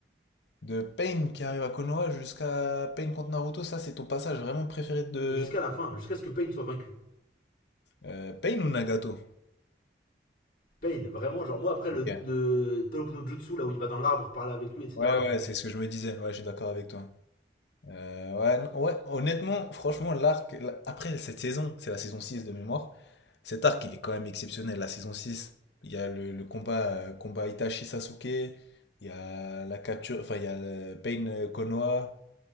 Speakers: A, on the left; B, on the left.
A: De Pain qui arrive à Konoha jusqu'à Pain contre Naruto, ça c'est ton passage vraiment préféré de...
B: Jusqu'à la fin, jusqu'à ce que Pain soit vaincu.
A: Euh, Pain ou Nagato?
B: Pain, vraiment, genre moi après
A: Ok.
B: le, le Talk no Jutsu là où il va dans l'arbre parler avec lui, etc.
A: Ouais,
B: Je
A: ouais,
B: m'en fiche.
A: c'est ce que je me disais. Ouais, je suis d'accord avec toi. Euh, ouais, non- ouais, honnêtement, franchement, l'arc, la- après cette saison, c'est la saison 6 de mémoire, cet arc, il est quand même exceptionnel. La saison six il y a le, le combat, euh, combat Itachi-Sasuke, il y a la capture, enfin, il y a le Pain euh, Konoha.